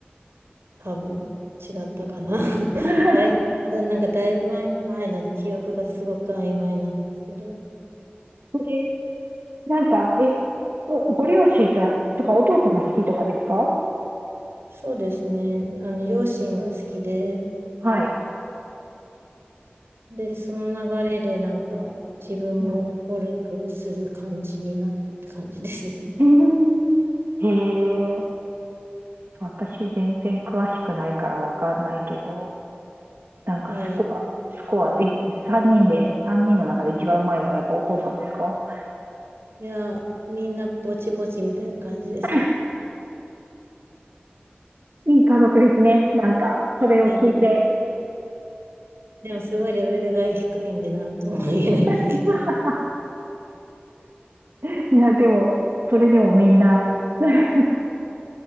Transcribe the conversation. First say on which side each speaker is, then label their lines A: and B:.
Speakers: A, on the right (about 85°); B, on the right (about 65°).
A: 多分違ったかな。<laughs>
B: <laughs>
A: だい、なんかだいぶ前、前なんで記憶がすごく曖昧なんですけど、
B: え、なんか、え、お、ご両親が、とか、お父さんが好きとかですか
A: そうですね。あの、両親が好きで、
B: はい。
A: で、その流れでなんか自分もゴルフする感じになったって感じですね。
B: うん。<laughs> へえ、私全然詳しくないからわかんないけど、なんかスコア、
A: <laughs> はい。
B: スコア、いち三人で、三人の中で一番うまいのはやっぱお父さんですか
A: いや、みんなぼちぼちみたいな感じですね。
B: <laughs> いい家族ですね。なんか、それを聞いて。
A: いや、でも、でもすごいレベルが低いんで、なんとも言えないんですけど。
B: <laughs>
A: <laughs>
B: いや、でも、それでもみんな <laughs>